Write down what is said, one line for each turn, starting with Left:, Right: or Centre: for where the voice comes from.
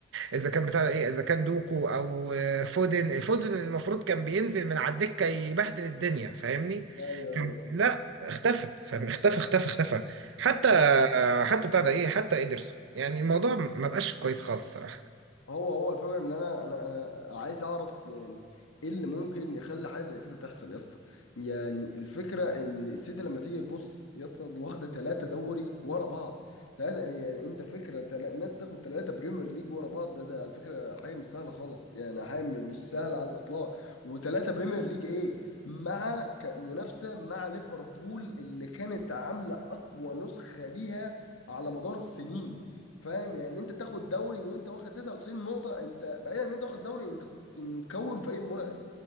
Right: اذا كان بتاع ايه اذا كان دوكو او فودن فودن المفروض كان بينزل من على الدكه يبهدل الدنيا فاهمني
Left: ايوه ايوه
Right: لا اختفى فاهم اختفى اختفى اختفى حتى
Left: أنا-
Right: حتى بتاع ده ايه حتى ادرسون يعني الموضوع ما بقاش كويس خالص الصراحه
Left: هو هو الفكرة ان انا انا انا عايز اعرف يعني ايه اللي ممكن يخلي حاجة زي كده تحصل يا اسطى يعني الفكرة ان السيتي لما تيجي تبص يا اسطى دي واخدة ثلاثة دوري ورا بعض ثلاثة يعني انت فكرة تلا... الناس تاخد ثلاثة بريمير ليج ورا بعض ده ده على فكرة حاجة مش سهلة خالص يعني حاجة م- مش سهلة على الاطلاق وثلاثة بريمير ليج ايه مع ك- منافسة مع ليفربول اللي كانت عاملة اقوى نسخة ليها على مدار سنين فاهم يعني انت تاخد دوري وانت واخد 99 نقطة انت بعيدا ان انت واخد دوري انت كنت مكون فريق مرعب